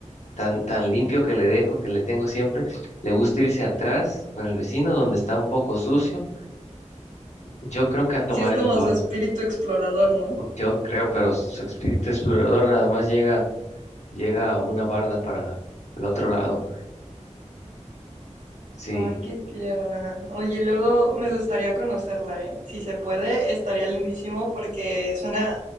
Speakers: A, on the left (about 65°); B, on the right (about 80°).
A: tan, tan limpio que le dejo, que le tengo siempre. Le gusta irse atrás con el vecino donde está un poco sucio. Yo creo que a tomar
B: Sí, es
A: el
B: como
A: sol,
B: su espíritu explorador, ¿no?
A: yo creo, pero su espíritu explorador nada más llega, llega a una barda para el otro lado. Sí,
B: Ay, qué tierna. Oye, luego me gustaría conocerla, ¿eh? Si se puede, estaría lindísimo porque suena